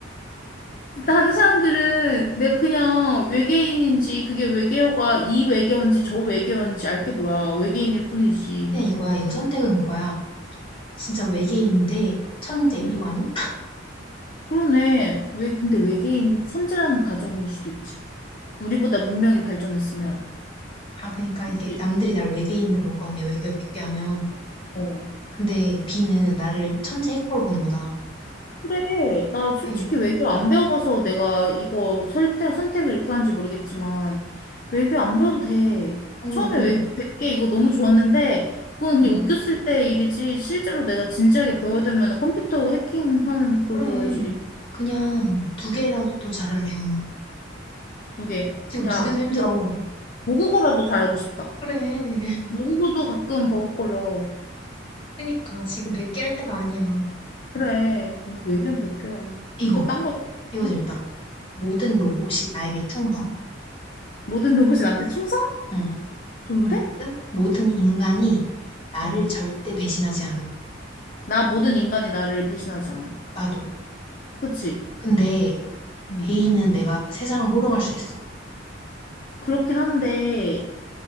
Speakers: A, on the left (about 45°); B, on the left (about 30°).
A: 다른 사람들은 내가 그냥 외계인인지 그게 외계어가 이 외계어인지 저 외계어인지 알 게 뭐야. 외계인일 뿐이지.
B: 그냥 이거야 이거 선택은 그거야 진짜 외계인인데 천재 이거
A: 응.
B: 아님?
A: 그러네. 왜 근데 외계인이 천재라는 가정일 수도 있지. 우리보다 문명이 발전했으면.
B: 아 그니까
A: 그치?
B: 이게 남들이 날 외계인으로 볼 거 아니야 외계어 깊게 하면
A: 어.
B: 근데 B는 나를 천재 해커로 보는 거잖아
A: 그래. 나 솔직히
B: 그래
A: 외교 안 배워봐서 내가 이거 선택, 선택을 이렇게 하는지 모르겠지만, 외교 안 배워도 돼.
B: 응
A: 처음에 외교 100개 이거 너무 좋았는데, 그거는 그냥
B: 응
A: 웃겼을 때 일이지, 실제로 내가 진지하게 배워야 되면 컴퓨터 해킹하는 그걸
B: 그래
A: 배워야지.
B: 그냥 두 개라도 더 잘할래 언우
A: 두 개.
B: 지금
A: 야,
B: 두 개도 힘들어
A: 나 모국어라도 잘하고 싶다.
B: 그래
A: 모국어도 가끔 버벅거려.
B: 그니까 지금 100개 할 때가 아니야
A: 그래. 외교는 1개야
B: 이거
A: 그거 딴 거.
B: 이거 재밌다
A: 응?
B: 모든 로봇이
A: 뭐.
B: 나에게 충성
A: 모든 로봇이 나한테 충성?
B: 응
A: 좋은데?
B: 벌스 모든 인간이 나를
A: 어.
B: 절대 배신하지 않음.
A: 나 모든 인간이 나를 배신하지 않음.
B: 나도.
A: 그치?
B: 근데
A: 음.
B: A는 내가 세상을 호령할 수 있어.
A: 그렇긴 한데,